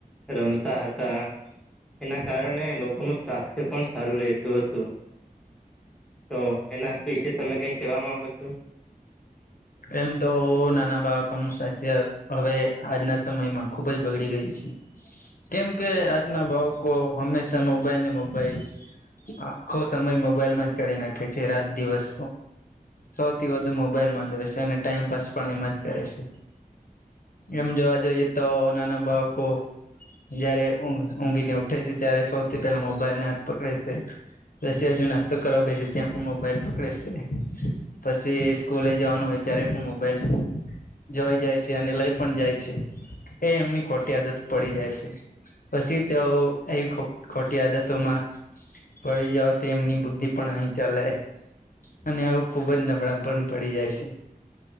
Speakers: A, in the centre; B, on the left.
A: રમતા હતા. એના કારણે લોકોનું સ્વાસ્થ્ય પણ સારું રહેતું હતું. તો એના વિશે તમે કઈ કહેવા માંગો છો?
B: એમ તો નાના બાળકોનું સ્વાસ્થ્ય હવે આજના સમયમાં ખૂબ જ બગડી ગયું છે. કેમ કે આજના ભાવકો હંમેશા મોબાઈલ ને મોબાઈલ આખો સમય મોબાઈલમાં જ કરી નાખે છે રાત દિવસ સૌથી વધુ મો- મોબાઈલમાં જોય છે અને ટાઈમપાસ પણ એમ જ કરે છે. એમ જોવા જઈએ તો નાના બાળકો જયારે ઊંઘીને ઉઠે છે ત્યારે સૌથી પેલા મોબાઈલ ને હાથ પકડે છે. પછી હજુ નાસ્તો કરવા બેસે ત્યાં પણ મોબાઈલ પકડે છે, પછી સ્કૂલે જવાનું હોય ત્યારે પણ મોબાઈલ જોઈ જાય છે અને લઈ પણ જાય છે એ એમની ખોટી આદત પડી જાય છે પછી તેઓ આવી ખોટી આદતોમાં પળી જવાથી એમની બુદ્ધિ પણ અહી ચાલે અને આવું ખુબ જ નબળમ પણ પડી જાય છે